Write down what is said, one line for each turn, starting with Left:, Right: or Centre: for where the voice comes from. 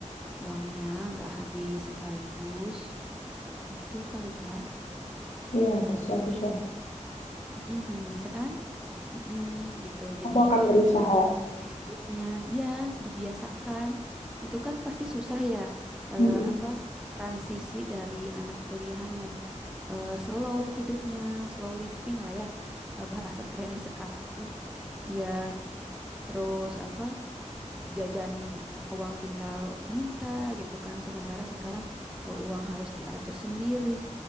Centre: uangnya, nggak habis sekaligus. Itu kali Kak.
Left: Iya, bisa, bisa.
Centre: Mm-mm, bisa kan? Mm-mm, gitu. Jadi
Left: Aku akan berusaha.
Centre: dibangun habitnya, iya dibiasakan. Itu kan pasti susah ya, eh,
Left: Mm, mm,
Centre: apa transisi dari anak kuliahan yang eh, slow hidupnya, slow living lah ya, eh, bahasa kerennya sekarang tuh. Iya, terus apa? jajan uang tinggal minta gitu kan. Sementara sekarang eh, uang harus diatur sendiri,